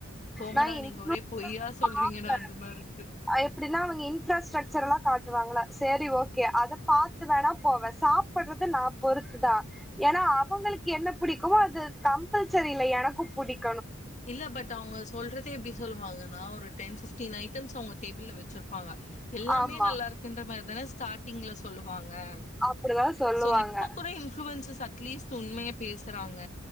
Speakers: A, on the left (about 35°); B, in the centre.
A: போங்கடா
B: நான் இன்ஃப்ரன்ஸ்
A: நீங்க ஒரே பொய்யா
B: <unintelligible>
A: சொல்றீங்கடா அந்த மாரி இருக்கு
B: எப்படின்னா அவங்க இன்ஃராஸ்ட்ரக்சர் எல்லாம் காட்டுவாங்கள செரி ஓகே அத பார்த்து வேணா போவேன் சாப்படுறது நான் பொறுத்துதான் ஏன்னா அவங்களுக்கு என்ன பிடிக்குமோ அது கம்பல்சரி இல்ல எனக்கும் புடிக்
A: இல்ல பட் அவங்க சொல்றதே எப்படி சொல்லுவாங்கன்னா ஒரு டென் ஃபிப்டீன் ஐட்டம்ஸ் அவங்க டேபிள்ல வச்சிருப்பாங்க எல்லாமே
B: ஆமா
A: நல்லா இருக்குன்ற மாரி தானே ஸ்டாட்டிங்ல சொல்லுவாங் ஹா
B: அப்டிதா சொல்லுவாங்க
A: சோ இப்ப கூட இன்புளுவன்சஸ் அட்லீஸ்ட் உண்மைய பேசுறாங்க